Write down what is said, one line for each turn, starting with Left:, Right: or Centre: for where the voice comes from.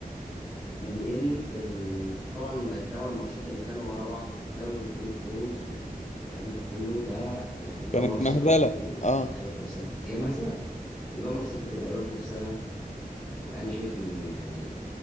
Centre: وان ال... طبعا الثمان ماتشات اللي كانوا ورا بعض في الدوري بدون فوز والكلام ده كله ده يعني دمر
Left: كانت
Centre: ثقة
Left: مهزلة
Centre: ال-
Left: اه
Centre: اللعيبة في نفسها هي مهزلة ودمر ثقة اللعيبة في نفسها وانا شايف ان يعني